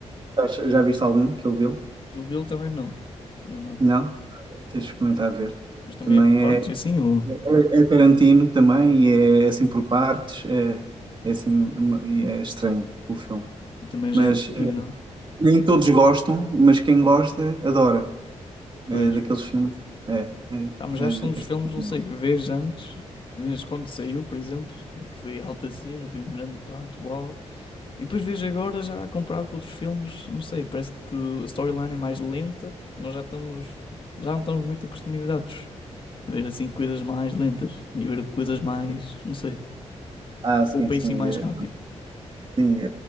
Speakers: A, on the right (about 40°); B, on the left (about 45°).
A: Estás- Já viste algum Kill Bill?
B: Kill Bill também não. Não, não.
A: Não? Tens de experimentar ver.
B: Mas também
A: Também
B: é por partes,
A: é,
B: é assim, ou...
A: é, é Tarantino também e é assim por partes. É, é assim uma- e é estranho o filme.
B: e também
A: Mas
B: já é
A: eh,
B: antigo, não?
A: nem todos gostam, mas quem gosta adora.
B: Pois.
A: É daqueles filmes. É, é,
B: Pá, mas
A: é,
B: acho
A: é-
B: que são dos
A: assim.
B: filmes, não sei, que vês antes, vês quando saiu, por exemplo, que foi alta cena, foi um grande impacto, uau. E depois vês agora, já comparado com outros filmes, não sei, parece que a storyline é mais lenta, porque nós já estamos, já não estamos muito acostumados a ver assim coisas mais lentas e ver coisas mais, não sei,
A: Ah, sim,
B: com o pacing
A: sim.
B: mais
A: é.
B: rápido.
A: Sim, eh,